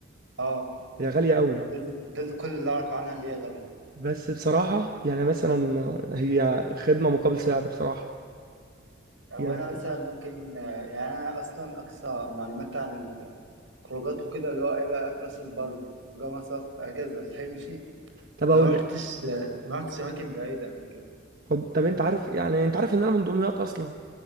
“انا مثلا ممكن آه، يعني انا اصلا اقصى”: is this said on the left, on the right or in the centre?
Right